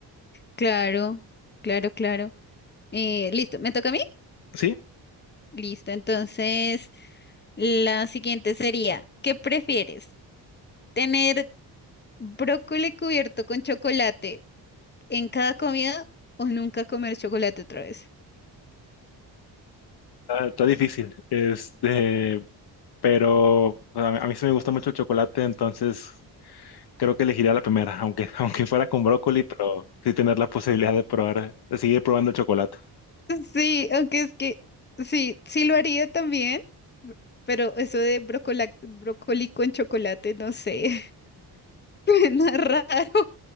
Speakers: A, on the left; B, on the left.
A: Claro, claro, claro. Eh, listo, ¿me toca a mí?
B: Sí,
A: Listo, entonces la siguiente sería, ¿qué prefieres? ¿Tener brócoli cubierto con chocolate en cada comida o nunca comer chocolate otra vez?
B: está, está difícil, este, pero a, a mí sí me gusta mucho el chocolate, entonces creo que elegiría la primera, aunque, <laughs> aunque fuera con brócoli, pero sí tener la posibilidad de probar, de seguir probando el chocolate.
A: <laughs> Sí, aunque es que sí, sí lo haría también, pero eso de brocola- brócoli con chocolate, no sé, <laughs> suena raro.